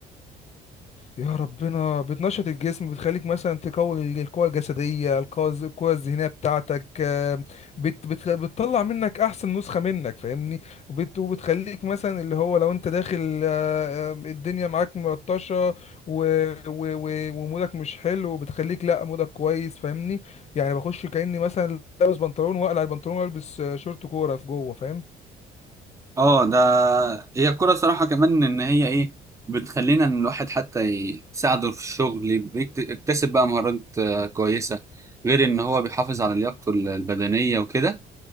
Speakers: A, on the left; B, on the right.
A: يا ربنا بتنشط الجسم بتخليك مثلا تقوي القوة الجسدية القوة الز- القوة الذهنية بتاعتك آه، بت بت بتطلع منك أحسن نسخة منك فاهمني وبت وبتخليك مثلا اللي هو لو أنت داخل آه، آه، الدنيا معاك ملطشة و- و- و- ومودك مش حلو بتخليك لأ مودك كويس فاهمني يعني بخش كأني مثلا لابس بنطلون وأقلع البنطلون وألبس آه، شورت كورة في جوه فاهم
B: اه ده هي الكورة صراحة كمان إن هي إيه بتخلينا إن الواحد حتى ي- تساعده في الشغل يكت- يكتسب بقى مهارات آه، كويسة غير إن هو بيحافظ على لياقته ال- البدنية وكده